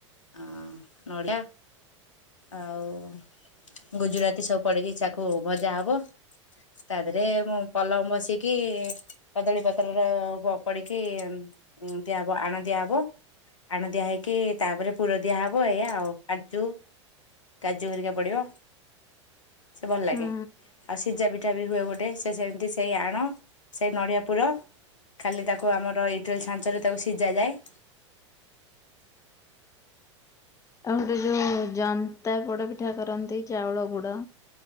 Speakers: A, on the left; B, on the left.
A: ହଁ ନଡ଼ିଆ ଆଉ ଗୁଜୁରାତି ସବୁ ପଡ଼ିକି ଚାକୁ ଭଜା ହବ ତାଦେହରେ ମୁଁ ପଲମ ବସିକି କଦଳୀ ପତ୍ରର ପଡ଼ିକି ଦିଆହବ ଆଣ ଦିଆହବ ଆଣ ଦିଆ ହେଇକି ତାପରେ ପୁର ଦିଆହେବ ଏଇଆ ଆଉ କାଜୁ କାଜୁ ହରିକା ପଡ଼ିବ। ସେଭଲ ଲାଗେ।
B: ହୁଁ
A: ଆଉ ସିଝା ପିଠାବି ହୁଏ ଗୋଟେ ସେ ସେମିତି ସେଇ ଆଣ ସେଇ ନଡ଼ିଆ ପୁର ଖାଲି ତାକୁ ଆମର ଇଟିଲି ଛାଞ୍ଚରେ ତାକୁ ସିଜାଯାଏ।
B: ଆଉ ଗୋଟେ ଯୋଉ ଜନ୍ତା ପୋଡ଼ ପିଠା କରନ୍ତି ଚାଉଳ ଗୁଡ଼?